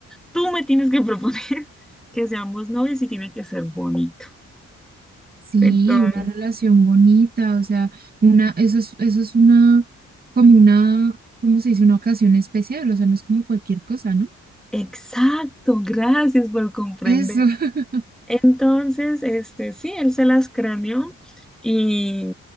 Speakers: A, in the centre; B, on the right (about 30°).
A: tú me tienes que proponer <laughs> que seamos novios y tiene que ser bonito.
B: Sí,
A: Entonces,
B: una relación bonita, o sea, una, eso es, eso es una, como una, ¿cómo se dice? Una ocasión especial, o sea, no es como cualquier cosa, ¿no?
A: exacto, gracias por comprender.
B: Eso, <laughs>
A: Entonces, este, sí, él se las craneó y